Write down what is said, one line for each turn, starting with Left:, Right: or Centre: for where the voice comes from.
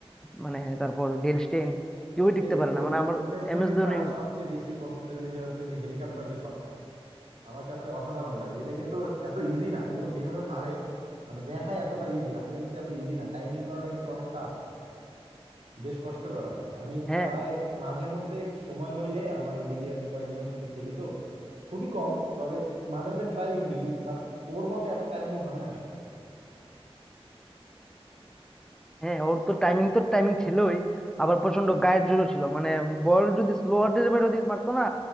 Centre: মানে তারপর ডেল স্টেইন কেউই টিকতে
Right: এই
Centre: পারে না
Right: ওই
Centre: মানে আমার
Right: এম এস ধোনির
Centre: M S Dhoni
Right: তো আমার সবচেয়ে বেশি পছন্দের বিষয় হচ্ছে যে হেলিকপ্টার যে শটটা আমার কাছে অসাধারণ লাগে এটা কিন্তু এত ইজি না ও যেভাবে মারে মানে দেখায় এতটা ইজি আসলে কিন্তু এত ইজি না টাইমিং করাটা কিন্তু অনেক টাফ বেশ কষ্টকর আসলে আমি
Centre: হ্যাঁ
Right: প্রায় মাঝে মধ্যে সময় হইলে আমার এইদিকে আমি কয়েকজনের সাথে খেলি তো খুবই কম তবে মাঝে মাঝে ট্রাই কিন্তু বাট ওর মতো এত টাইমিং হয় না আসলে
Centre: হ্যাঁ ওর তো টাইমিং তো টাইমিং ছিলই আবার প্রচন্ড গায়ের জোরও ছিল মানে বল যদি স্লো হার্ডের ব্যাটও দিয়ে মারতো না